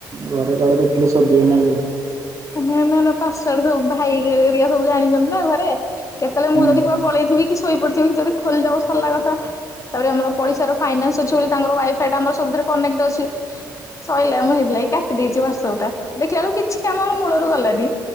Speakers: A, on the right; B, on the left.
A: ଘରେ କାଳେ ଦେଖିଲେ ସୋଡିବେ ନାଇଁ କି?
B: ନ ନା ପାସୁଆଡେ ସବୁ ଭାଇ ହରିକା ସବୁ ଜାଣିଛନ୍ତି ନା ଘରେ କେତେବେଳେ
A: ହୁଁ
B: ମୁଁ ଯଦି କୁହ ପଳେଇଥି କି ଶୋଇ ପଡିଥିବି କି ଯଦି ଖୋଲିଦବ ସରିଲା କଥା। ତାପରେ ଆମର ପଡିଶାର ଫାଇନାନ୍ସ ଅଛି ବୋଲି ତାଙ୍କର ୱାଇଫାଇ ଟା ଆମର ସବୁଥିରେ କନେକ୍ଟ ଅଛି। ସଇଲା ମୁଁ ସେଥିଲାଗି କାଟି ଦେଇଛି ୱାଟସପା ଟା ଦେଖିଲାବେଳକୁ କିଛି ଆମର ମୂଳରୁ ଗଲାନି